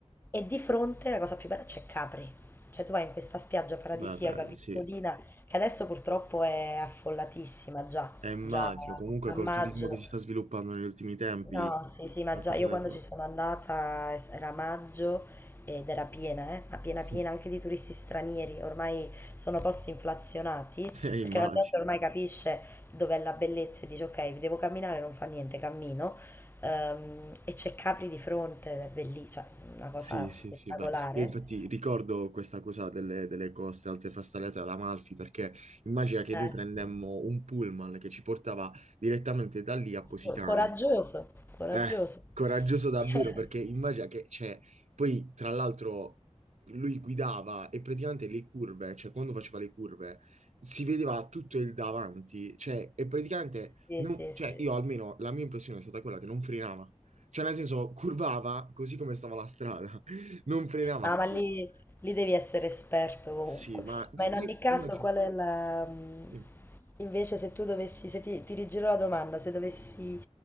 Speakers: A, on the left; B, on the right.
A: E di fronte la cosa più bella c'è Capri. Cioè tu vai in questa spiaggia paradisiaca
B: Beh, bello,
A: piccolina
B: sì.
A: che adesso purtroppo è affollatissima già,
B: E immagino,
A: già
B: comunque
A: a
B: col
A: maggio.
B: turismo che si sta sviluppando negli ultimi tempi,
A: No, sì, sì, ma
B: una
A: già
B: cosa
A: io
B: da...
A: quando ci sono andata es- era maggio ed era piena, eh, ma piena piena
B: <laughs>
A: anche di turisti stranieri, ormai sono posti inflazionati
B: Eh,
A: perché
B: immagino.
A: la gente ormai capisce dov'è la bellezza e dice ok, devo camminare, non fa niente, cammino. Ehm, e c'è Capri di fronte, ed è bellissimo, una cosa
B: Sì, sì,
A: spettacolare.
B: sì, beh, io infatti ricordo questa cosa delle, delle coste alte frastagliate all'Amalfi perché immagina che
A: Eh,
B: noi prendemmo
A: sì.
B: un pullman che ci portava direttamente da lì a Positano.
A: Co- Coraggioso, coraggioso.
B: Eh, coraggioso davvero
A: <laughs>
B: perché immagina che, cioè, poi tra l'altro lui guidava e praticamente le curve, cioè quando faceva le curve, si vedeva tutto il davanti, cioè, e praticamente,
A: Sì,
B: non-
A: sì,
B: cioè,
A: sì.
B: io almeno la mia impressione è stata quella che non frenava. Cioè, nel senso, curvava così come stava la strada, <laughs> non frenava
A: No,
B: a
A: ma lì,
B: curva.
A: lì devi essere esperto comunque.
B: Sì, ma di-
A: Ma in
B: di-
A: ogni caso,
B: immagino.
A: qual è la... mm,
B: Dimmi.
A: Invece se tu dovessi, se ti, ti rigiro la domanda, se dovessi